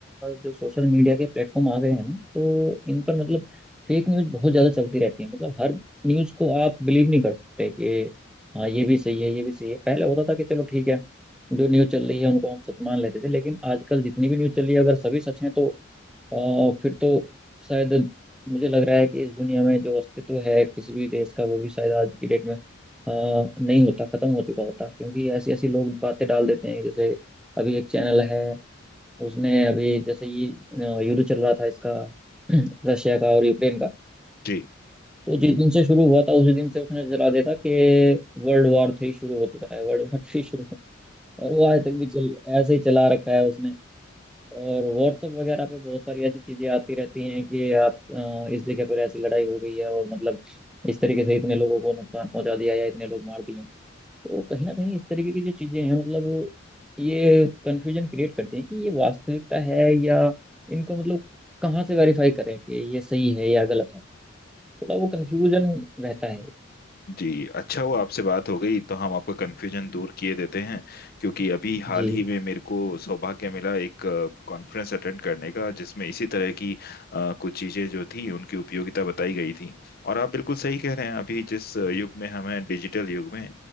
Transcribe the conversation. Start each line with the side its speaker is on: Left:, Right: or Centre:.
Centre: जो सोशल मीडिया के प्लेटफॉर्म आ गए हैं ना तो इन पर मतलब फेक न्यूज बहुत ज्यादा चलती रहती है मतलब हर न्यूज को आप बिलीव नहीं कर सकते कि हाँ ये भी सही है ये भी सही है पहले होता था कि चलो ठीक है जो न्यूज चल रही है उनको हम सच मान लेते थे लेकिन आजकल जितनी भी न्यूज चल रही है अगर सभी सच है तो अ, फिर तो शायद मुझे लग रहा है कि इस दुनिया में जो अस्तित्व है किसी भी देश का वो भी शायद आज की डेट में अ, नहीं होता खत्म हो चुका होता क्योंकि ऐसी ऐसी लोग बातें डाल देते हैं जैसे अभी एक चैनल है उसने अभी जैसे ये अ, युद्ध चल रहा था इसका <clears throat> रशिया का और यूक्रेन का
Left: जी
Centre: तो जिस दिन से शुरू हुआ था उसी दिन से उसने चला देता कि वर्ल्ड वॉर थ्री शुरू हो चुका है वर्ल्ड वॉर थ्री शुरू हो- और वो आज तक भी चल ऐसे ही चला रखा है उसने और व्हाट्सएप वगैरह पे बहुत सारी ऐसी चीजें आती रहती हैं कि आप अ, इस जगह पर ऐसी लड़ाई हो गई है और मतलब इस तरीके से इतने लोगों को नुकसान पहुंचा दिया या इतने लोग मार दिए तो कहीं ना कहीं इस तरीके की जो चीजें हैं मतलब ये कन्फ्यूजन क्रिएट करती हैं कि ये वास्तविकता है या इनको मतलब कहाँ से वेरीफाई करें कि ये सही है या गलत है थोड़ा वो कन्फ्यूजन रहता है
Left: जी अच्छा हुआ आपसे बात हो गई तो हम आपका कन्फ्यूजन दूर किए देते हैं क्योंकि अभी हाल
Centre: जी
Left: ही में मेरे को सौभाग्य मिला एक कॉन्फ्रेंस अटेंड करने का जिसमें इसी तरह की अ, कुछ चीज़ें जो थी उनकी उपयोगिता बताई गई थी और आप बिल्कुल सही कह रहे हैं अभी जिस युग में हमें डिजिटल युग में